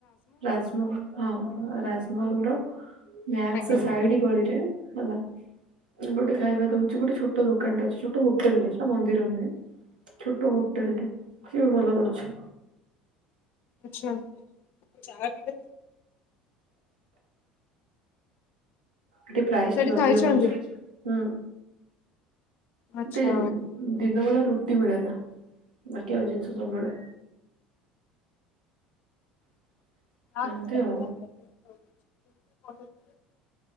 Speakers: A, on the right (about 85°); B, on the left (about 50°).
A: ରାଜମହଲ ହଁ ରାଜମହଲ ର ମ୍ୟାସ୍
B: ଆଜ୍ଞା
A: ସାଇଡିଗଳିରେ। ହେଲା ଗୋଟେ ଖାଇବା ଦଉଛି ଗୋଟେ ଛୋଟ ଦୋକାନଟା ଅଛି ଛୋଟ ହୋଟେଲଟେ ଅଛି ନା ମନ୍ଦିର ନୁହେଁ। ଛୋଟ ହୋଟେଲ ସିଏବି ଭଲ ଦଉଛି।
B: ଆଛା <unintelligible>
A: ଏଠି ପ୍ରାଇସ୍
B: ସେଠି
A: ଟିକେ
B: ଖାଇଛନ୍ତି
A: ଅଧିକ ନେଉଛି ହୁଁ।
B: ଆଚ୍ଛା।
A: ଏଠିଦିନ ବେଳେ ରୁଟି ମିଳେ ନା ବାକି ଆଉ ଜିନିଷ ସବୁ ମିଳେ। <unintelligible>
B: <unintelligible>
A: ଆଉ